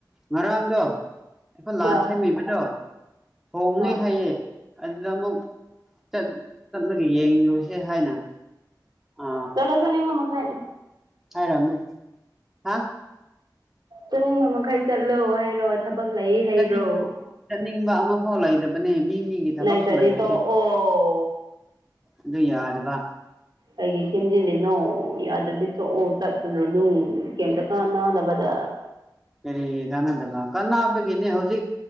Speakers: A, in the centre; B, on the right.
A: ꯉꯔꯥꯡꯗꯣ ꯑꯩꯈꯣꯏ ꯂꯥꯟ
B: ꯍꯣꯏ
A: ꯁꯦꯝꯃꯤꯕꯗꯣ ꯍꯣꯡꯅꯤ
B: ꯍꯣꯏ
A: ꯍꯥꯏꯌꯦꯦ ꯑꯗꯨꯗ ꯑꯃꯨꯛ ꯆꯠꯂꯒ ꯌꯦꯡꯨꯁꯦ ꯍꯥꯏꯅ ꯑ
B: ꯆꯂ ꯆꯅꯤ ꯃꯃ ꯈ
A: ꯍꯥꯏꯔꯝꯃꯦ ꯍꯥ <unintelligible> <inaudible>
B: ꯆꯠꯅꯤꯡꯕ ꯃꯈꯥꯏ ꯆꯠꯂꯣ ꯍꯥꯏꯔꯣ ꯊꯕꯛ ꯂꯩ ꯍꯥꯏꯔꯣ
A: ꯆꯠꯅꯤꯡ ꯆꯠꯅꯤꯡꯕ ꯑꯃꯐꯥꯎ ꯂꯩꯇꯕꯅꯦ ꯃꯤ ꯃꯤꯒꯤ ꯊꯕꯛꯁꯨ
B: ꯅ ꯇꯗꯤ
A: ꯂꯩꯕꯅꯦ
B: ꯇꯣ ꯑꯣ
A: ꯑꯗꯨ ꯌꯥꯗꯕ
B: ꯑꯩꯒꯤ ꯊ ꯁꯦꯝꯖꯤꯜꯂꯤꯅꯣ ꯌꯥꯗ꯭ꯔꯗꯤ ꯆꯠꯑꯣ ꯆꯠꯇꯅꯣ ꯅꯅꯨꯡ ꯀꯩꯝꯇ ꯀꯥ ꯅꯥꯗꯕꯗ
A: ꯀꯔꯤ ꯀꯥꯟꯗꯦꯕ ꯀꯅꯥ ꯍꯥꯕꯒꯤꯅꯦ ꯍꯧꯖꯤꯛ